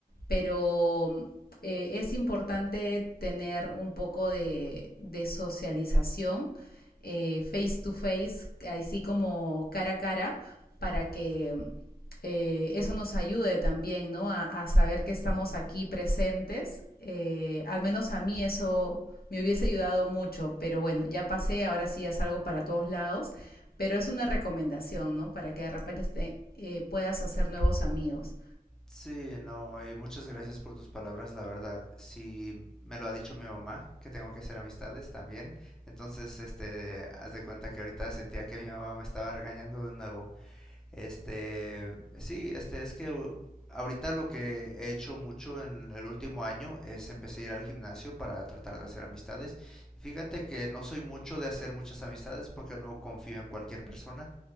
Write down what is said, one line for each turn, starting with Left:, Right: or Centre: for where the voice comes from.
Left: pero eh, es importante tener un poco de, de socialización eh, face to face, así como cara a cara, para que eh, eso nos ayude también, ¿no? A, a saber que estamos aquí presentes. Eh, al menos a mí eso me hubiese ayudado mucho, pero bueno, ya pasé, ahora sí ya salgo para todos lados, pero es una recomendación, ¿no? Para que de repente te, eh, puedas hacer nuevos amigos.
Centre: Sí, no, y muchas gracias por tus palabras, la verdad. Sí, me lo ha dicho mi mamá, que tengo que hacer amistades también. Entonces, este, haz de cuenta que ahorita sentía que mi mamá me estaba regañando de nuevo. Este, sí, este es que uh, ahorita lo que he hecho mucho en el último año es empecé a ir al gimnasio para tratar de hacer amistades. Y fíjate que no soy mucho de hacer muchas amistades porque no confío en cualquier persona